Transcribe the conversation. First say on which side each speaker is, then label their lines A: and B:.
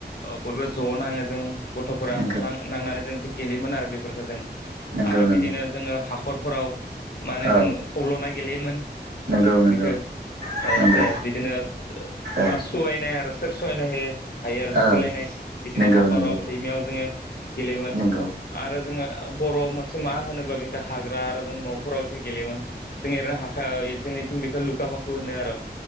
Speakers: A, on the left; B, on the right.
A: अ बयबो ज' नाङो जों गथ'फोरा
B: नंगौ
A: लां नां नांनानै जों बे गेलेयोमोन आरो बेफोरखो जों
B: नंगौ
A: आरो
B: नंगौ
A: बिदिनो जोङो हाखरफोराव माने
B: औ
A: जों थब्ल'नाय गेलेयोमोन
B: नंगौ नंगौ
A: बिखो ओ
B: नंगौ
A: सो बिदिनो
B: औ
A: बा सहायनाय आरो सो सोरसनो ह <unintelligible>
B: औ
A: जोलायनाय बिदिनो
B: नंगौ
A: हाखराव
B: नंगौ
A: दैमायाव जोङो गेलेयोमोन
B: नंगौ
A: आरो जोङो आ बर'आ मोनसे मा होनोबा बेखो हाग्रा आरो जों न'फोराव बेखो गेलेयोमोन जों एरै हाखा जोंनि इथिं बेखो लुका फाखु होनो आर'